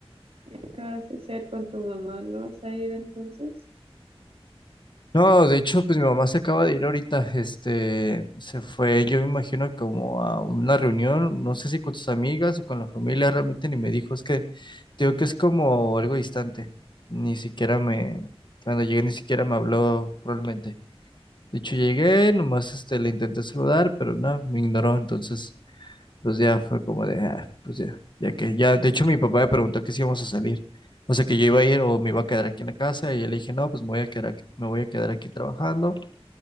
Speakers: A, on the right; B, on the left.
A: ¿Y ¿Qué vas a hacer con tu mamá? ¿No vas a ir entonces?
B: No, de hecho, pues mi mamá se acaba de ir ahorita, este, se fue, yo me imagino como a una reunión, no sé si con sus amigas o con la familia, realmente ni me dijo, es que, te digo que es como algo distante, ni siquiera me, cuando llegué ni siquiera me habló realmente. De hecho, llegué, nomás, este, le intenté saludar, pero no, me ignoró, entonces, Pues ya fue como de, ah, pues ya, ya que, ya, de hecho mi papá me preguntó que si íbamos a salir, o sea que yo iba a ir o me iba a quedar aquí en la casa y yo le dije, no, pues me voy a quedar aquí, me voy a quedar aquí trabajando,